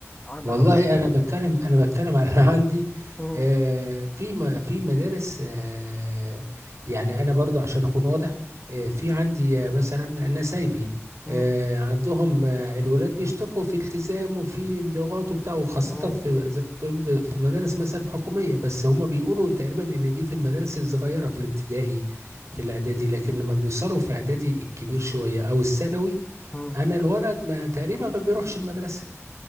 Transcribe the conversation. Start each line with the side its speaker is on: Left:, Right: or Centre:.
Left: عند
Right: والله
Left: حضرتك
Right: انا بتكلم انا بتكلم عن <laughs> اللي عندي
Left: مم.
Right: آه، في م- في مدارس آه، يعني انا برضو عشان اكون واضح آه، في عندي آه، مثلا نسايبي
Left: مم.
Right: آه، عندهم آه، الولاد بيشتكوا في التزام وفي انضغاط وبتاع وخاصة
Left: مم.
Right: في زي ما بتقول ب- في مدارس مثلا حكومية بس هما بيقولوا تقريبا ان دي في المدارس الصغيرة في الابتدائي في الاعدادي لكن لما بيوصلوا في اعدادي الكبير شوية او الثانوي
Left: مم.
Right: انا الولد ما تقريبا ما بيروحش المدرسة